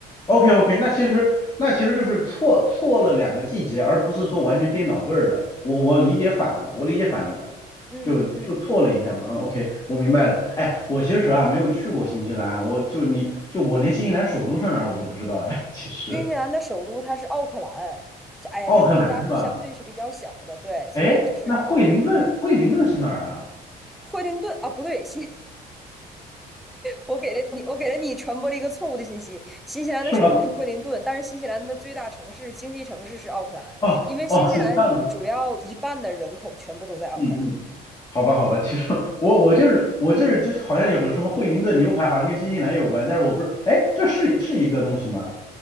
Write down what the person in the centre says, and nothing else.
嗯嗯，
新西兰的首都它是奥克兰，这哎呀，
这个国家相对是比较小的，对，所以就是嗯
惠灵顿啊，不对，新我给了你，我给了你传播了一个错误的信息。新西兰的首都是惠灵顿，
但是新西兰的最大城市、经济城市是奥克兰，
因为新西兰主要一半的人口全部都在奥克兰。